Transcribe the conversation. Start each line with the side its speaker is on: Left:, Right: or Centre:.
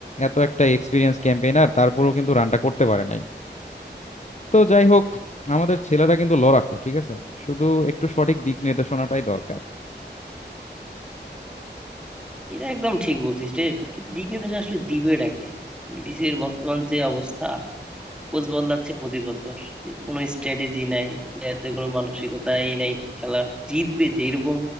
Left: এত একটা এক্সপিরিয়েন্স ক্যাম্পেইনার তারপরেও কিন্তু রানটা করতে পারে নাই তো যাই হোক আমাদের ছেলেরা কিন্তু লড়াকু ঠিক আছে শুধু একটু সঠিক দিক নির্দেশনাটাই দরকার
Centre: এটা একদম ঠিক বলছিস রে কিন্তু দিক নির্দেশ আসলে দিবে ডাকে বিসিবির বর্তমান যে অবস্থা কোচ বদলাচ্ছে প্রতি বছর কোনো স্ট্র্যাটেজি নাই প্লেয়ারদের কোনো মানসিকতা এই নাই খেলা জিতবে যে এরকম